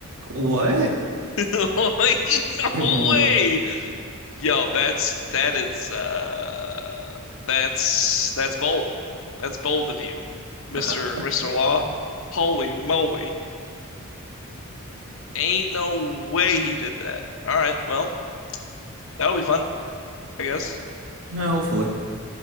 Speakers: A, on the right; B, on the left.
A: What?
B: <laughs> Like,
A: Oh.
B: no way. Yo, that's that is uh that's that's bold. That's bold of you, Mr.
A: <laughs>
B: Mr. Law. Holy moly. Ain't no way he did that. All right, well, that'll be fun, I guess.
A: Hopefully.